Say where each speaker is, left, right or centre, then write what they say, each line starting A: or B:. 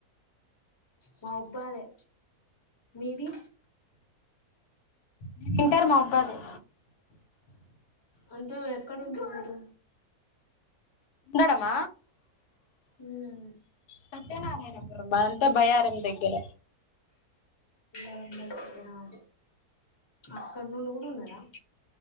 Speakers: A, on the left; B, on the left.
A: మహుబాదే మీది
B: నేను ఇంటర్ మహుబాద్ ఏ
A: అంటే ఎక్కడ ఉంటారు మీరు
B: ఉండడమా
A: హ్మ్
B: సత్యనారాయణపురం అంటే బయ్యరం దగ్గర
A: బయ్యారం దగ్గర నా <unintelligible> ఇక్కడ నుండి కూడా ఉన్నారా